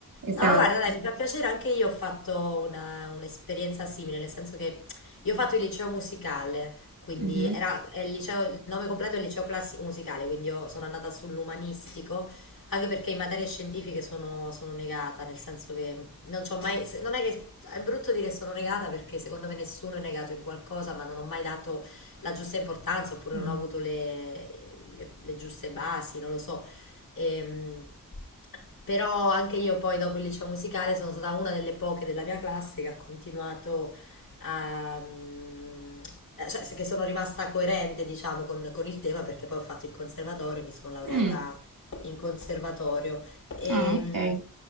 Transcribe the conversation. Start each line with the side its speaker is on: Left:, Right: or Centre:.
Right: Esatto.
Left: No, guarda, dai, mi fa piacere, anche io ho fatto una- un'esperienza simile, nel senso che io ho fatto il liceo musicale, quindi
Right: Mhm.
Left: era è il liceo, il nome completo è il liceo classico musicale, quindi io sono andata sull'umanistico, anche perché in materie scientifiche sono, sono negata, nel senso che non c'ho mai, se- non è che è brutto dire sono negata perché secondo me nessuno è negato in qualcosa, ma non ho mai dato la giusta importanza oppure
Right: Mm.
Left: non ho avuto le, le le giuste basi, non lo so. Ehm, però anche io poi dopo il liceo musicale sono stata una delle poche della mia classe che ha continuato a... mm, eh, cioè se- che sono rimasta coerente, diciamo, con, con il tema perché poi ho fatto il conservatorio, mi sono laureata
Right: Mm.
Left: in conservatorio. E,
Right: Ah, ok.
Left: mm,